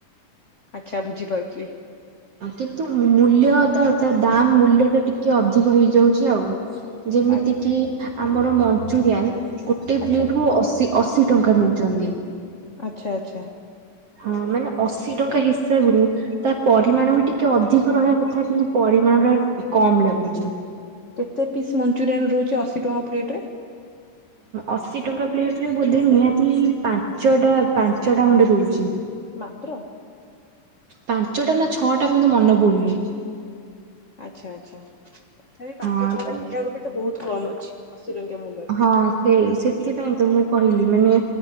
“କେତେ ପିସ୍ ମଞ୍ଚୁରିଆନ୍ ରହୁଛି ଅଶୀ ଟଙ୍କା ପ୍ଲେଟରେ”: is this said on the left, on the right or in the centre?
Left